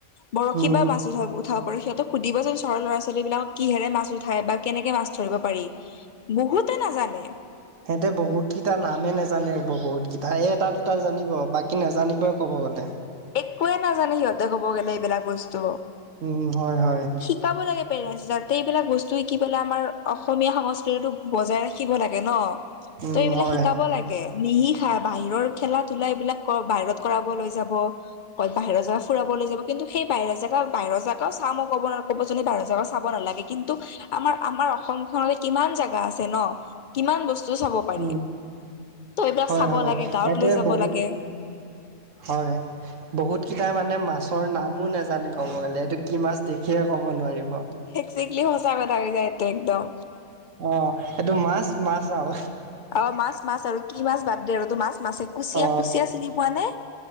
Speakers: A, on the left; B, on the right.
A: বৰশী
B: উম
A: বা মাছ উঠাব, উঠাব পাৰোঁ। সিহঁতক সুধিবচোন চহৰৰ ল'ৰা-ছোৱালী বিলাকক কিহেৰে মাছ উঠাই বা কেনেকে মাছ ধৰি পাৰি। বহুতে নাজানে।
B: সিহঁতে বহুকেইটা নামেই নোজানে ৰ'ব বহুতকেইটা এই এট-দুটা জানিব বাকী নাজানিবই ক'ব গ'লে।
A: একোৱে নাজানে সিহঁতে ক'ব গ'লে এইবিলাক বস্তু।
B: উম, হয়-হয়।
A: শিকাব লাগে পেৰেন্ট, যাতে এইবিলাক বস্তু শিকি পেলাই আমাৰ অসমীয়া সংস্কৃতিটোক বজাই ৰাখিব লাগে ন'।
B: উম
A: ত' এইবিলাক
B: হয়
A: শিকাব লাগে। নিশিকাই বাহিৰৰ খেলা-ধূলা এইবিলাক বাহিৰত- কৰাব লৈ যাব, ক'ত বাহিৰৰ জেগাত ফুৰাবলৈ যাব। কিন্তু সেই বাহিৰৰ জেগা বাহিৰৰ জেগাও ক'ব ন' ক'ব যে বাহিৰৰ জেগাও নালাগে, কিন্তু- আমাৰ-আমাৰ অসমখনলৈ কিমান জেগা আছে ন' কিমান বস্তু চাব প
B: উম
A: ত' এইবিলাক
B: হয়
A: চাব
B: হয়
A: লাগে গাঁৱত
B: ইয়াতে
A: লৈ যাব
B: বহুত
A: লাগে।
B: হয়! বহুতকেইটাই মানে মাছৰ নামো নাজানে ক'ব গ'লে এইটো কি মাছ দেখিয়ে ক'ব নোৱাৰিব।
A: একজেক্টলি সঁচা কথা হৈ যায়তে একদম।
B: অ' এইটো মাছ মাছ আও
A: অ' মাছ মাছ আৰু কি মাছ বাদ দে আৰু তোৰ মাছ মাছে কুচিয়া
B: অ
A: কুচিয়া চিনি পোৱা নে?